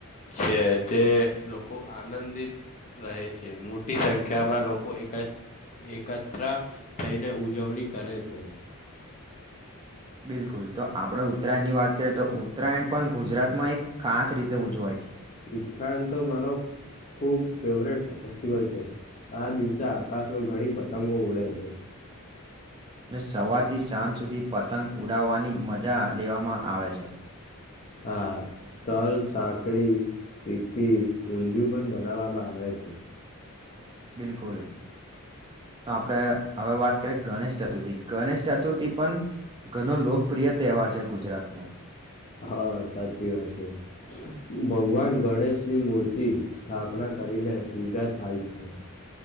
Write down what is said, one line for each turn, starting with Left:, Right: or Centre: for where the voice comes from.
Left: પણ છે જે લોકો આનંદિત રહે છે. મોટી સંખ્યા માં લોકો એક જ એકત્ર થઈને ઉજવણી કરે છે.
Right: બિલકુલ, તો આપડે ઉત્તરાયણ ની વાત કરીએ તો ઉત્તરાયણ પણ ગુજરાતમાં એક ખાસ રીતે ઉજવાય છે.
Left: ઉત્તરાયણ તો મારો ખૂબ ફેવરેટ ફેસ્ટિવલ છે આ દિવસે આકાશમાં ઘણી પતંગો ઉડે છે.
Right: અને સવારથી સાંજ સુધી પતંગ ઉડાવવાની મજા લેવામાં આવે છે.
Left: હા તલ સાંકડી સિક્કી ઊંધિયું પણ બનાવવામાં આવે છે.
Right: બિલકુલ તો આપડણે હવે વાત કરીએ ગણેશ ચતુર્થી ગણેશ ચતુર્થી પણ ઘનો લોકપ્રિય તહેવાર છે. ગુજરાતનો
Left: હા સાચી વાત છે. ભગવાન ગણેશની મૂર્તિ સ્થાપના કરીને પૂજા થાય છે.